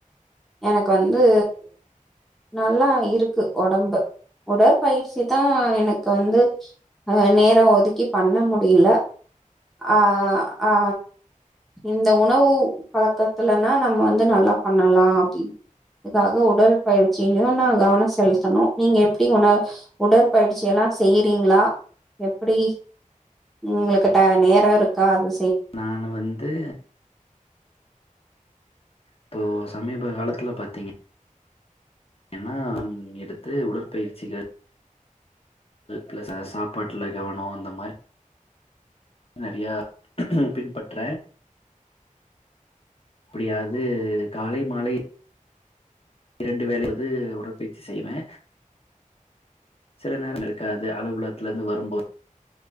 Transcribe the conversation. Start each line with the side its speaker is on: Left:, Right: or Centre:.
Centre: எனக்கு வந்து நல்லா இருக்கு ஒடம்பு உடற்பயிற்சி தா எனக்கு வந்து அ நேரோ ஒதுக்கி பண்ண முடியில அ அ இந்த உணவு பழக்கத்துலன்னா நம்ம வந்து நல்லா பண்ணலா அப்டின் அதுக்காக உடல் பயிற்சிலியு நா கவனோ செலுத்தணு நீங்க எப்டி உண உடற்பயிற்சி எல்லா செய்யிறீங்களா எப்டி உங்களுக்ட்ட நேர இருக்கா அத
Left: நானு வந்து இப்போ சமீப காலத்துல பாத்தீங்க ன்னா எடுத்து உடற்பயிற்சிகள் பிளஸ்ஸா சாப்பாட்டுல கவனோ அந்த மாரி நெறையா பின்பற்ற ப்டியாது காலை மாலை இரண்டு வேலயது உடற்பயிற்சி செய்வே சில நேரம் இருக்காது அலுவலகத்தல இருந்து வருபோ